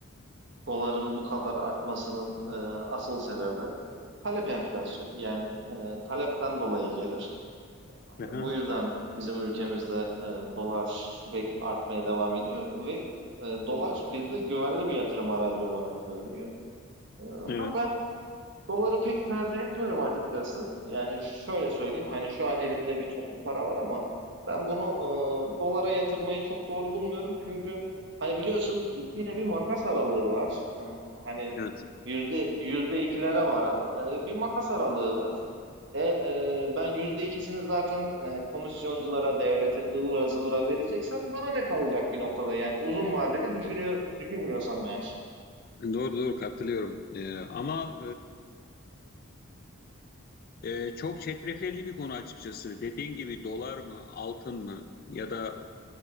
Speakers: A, on the right (about 55°); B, on the left (about 45°).
A: doların bu kadar artmasının e, asıl sebebi e, talep enflasyonu. Yani e, talepten dolayı gelir.
B: Aha,
A: Bu yüzden bizim ülkemizde e, dolar sürekli artmaya devam ediyor ve e, dolar bizde güvenli bir yatırım aracı olarak görülüyor. E,
B: evet,
A: ha ben Doları pek tercih etmiyorum açıkçası. Yani şöyle söyleyeyim hani şu an elimde bir toplu para var ama ben bunu e, dolara yatırmayı çok doğru bulmuyorum. Çünkü hani biliyorsun ciddi de bir makas aralığı var. E, hani
B: evet.
A: yüzde yüzde ikilere varan e, bir makas aralığı var. E, e, ben yüzde ikisini zaten e, komisyonculara, devlete ıvıra zıvıra vereceksem bana ne kalacak bir noktada yani uzun vadeli düşünüyor, düşünmüyorsam eğer.
B: Doğru doğru katılıyorum. Ee, ama e, e, çok çetrefilli bir konu açıkçası. Dediğin gibi dolar mı, altın mı ya da